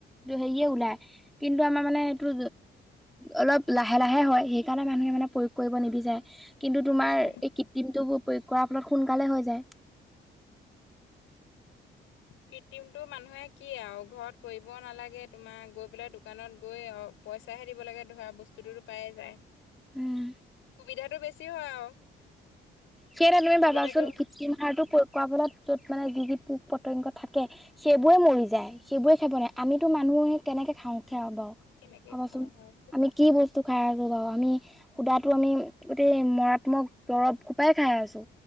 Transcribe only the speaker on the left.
নিবিচাৰে।
কৃত্ৰিমটো মানুহে কি আৰু ঘৰত কৰিব নালাগে তোমাৰ গৈ পেলাই দোকানত গৈ অ'। পইচা হে দিব লাগে। ধৰা বস্তুটোতো পায়ে যায়। সুবিধাটো
বেছি হয় আৰু।
সুবিধাটো
কেনেকে
খাওঁ হয়